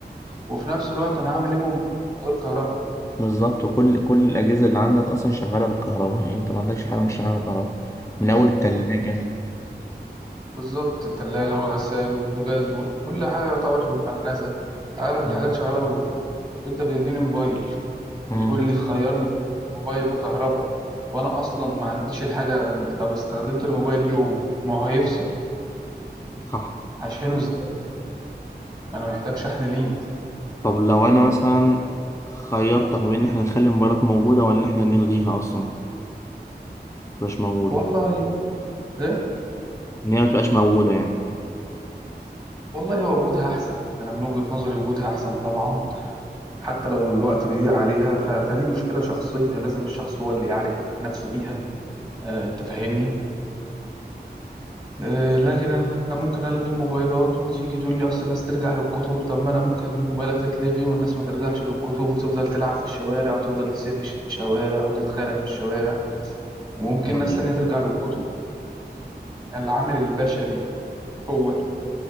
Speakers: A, on the right; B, on the left.
A: وفي نفس الوقت انا هعمل ايه بهم من غير كهرباء
B: بالظبط كل كل الاجهزة اللي عندك اصلا شغالة بالكهرباء يعني انت ما عندكش حاجة مش شغالة بالكهرباء من اول التلاجة
A: بالظبط الثلاجة والغسال والبوتاجاز وكل حاجة يعتبر والمكنسة اغلب
B: مم.
A: الحاجات شغالة بالكهرباء وانت بتديني موبايل
B: مم.
A: وتقول لي خيرني بين موبايل وكهرباء وانا اصلا ما عنديش الحاجة طب استخدمت الموبايل يوم ما هو هيفصل
B: صح
A: هشحنه ازاي ما انا محتاج شحن ليه
B: طب لو انا مثلا خيرتك ما بين ان احنا نخلي الموبايلات موجودة ولا ان احنا نلغيها اصلا مش موجودة
A: والله ايه
B: ان هي ما تبقاش موجودة يعني
A: والله هو وجودها احسن انا من وجهة نظري وجودها احسن طبعا حتى لو الوقت بيضيع عليها ف... فدي مشكلة شخصية لازم الشخص هو اللي يعالج نفسه بيها آه انت فاهمني آه لكن انا ممكن الغي الموبايلات وتيجي تقول لي اصل الناس ترجع للكتب طب ما انا ممكن الموبايلات تتلغي والناس ما ترجعش للكتب وتفضل تلعب في الشوارع وتفضل تسيح في الشوارع وتتخانق في الشوارع وممكن
B: مم.
A: ناس تانية ترجع للكتب فالعامل البشري هو